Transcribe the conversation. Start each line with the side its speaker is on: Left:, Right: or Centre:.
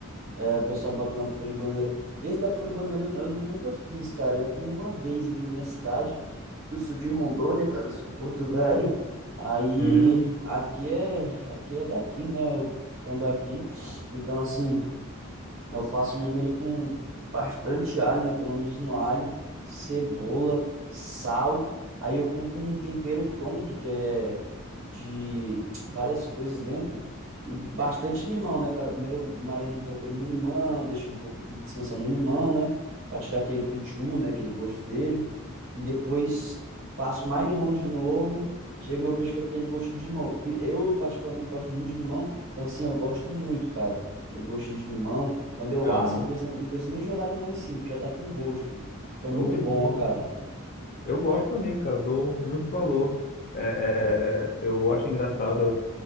Right: É, o pessoal bota na folha de bananeira. Esse da folha de bananeira eu, eu nunca fiz, cara. Eu já comi uma vez aqui na minha cidade, que eu sou de Rondônia, cara, eu sou de Porto Velho. Aí,
Left: Uhum,
Right: aqui é, aqui é daqui, né? O tambaqui. Então, assim, eu faço mesmo ele com bastante alho, né? Economizo no alho, cebola, sal. Aí eu compro um tempero pronto, que é de várias coisas dentro. E bastante limão, né, cara? Primeiro eu marino um pouco ele no limão, deixo ele um pouco descansar no limão, né? Pra tirar aquele pitiu, né? Aquele gosto dele. E depois passo mais limão de novo. Chega o meu peixe com aquele gostinho de limão. Pe- Eu, particularmente, gosto muito de limão. Então, assim, eu gosto muito, cara aquele gostinho de limão. Quando eu
Left: aham.
Right: asso, não preciso nem, não preciso nem jogar limão em cima, que já tá com gosto. Fica
Left: Eu,
Right: muito bom,
Left: sim,
Right: ó, cara.
Left: eu gosto também, cara. Dou muito valor. É, é, é, é, eu acho engraçado.